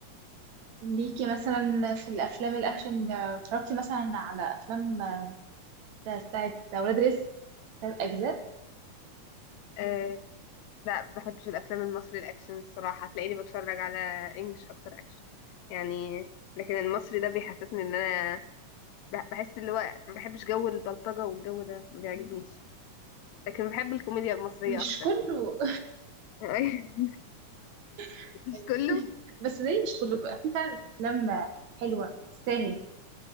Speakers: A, on the right; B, on the left.
A: ليكي مثلا في الأفلام الأكشن آه، اتفرجتي مثلا على أفلام آه، بتاعت ولاد رزق تلات أجزاء
B: مم. أه لا ما بحبش الافلام المصري الاكشن الصراحة هتلاقيني بتفرج على انجلش اكتر اكشن يعني لكن المصري ده بيحسسني ان انا بح- بحس اللي هو ما بحبش جو البلطجة والجو ده ما بيعجبنيش لكن بحب الكوميديا المصرية
A: مش
B: اكتر
A: كله
B: <laughs>
A: <laughs>
B: مش
A: أيوة.
B: كله
A: بس زي مش كله بقى في فعلا أفلام آه، حلوة تستاهل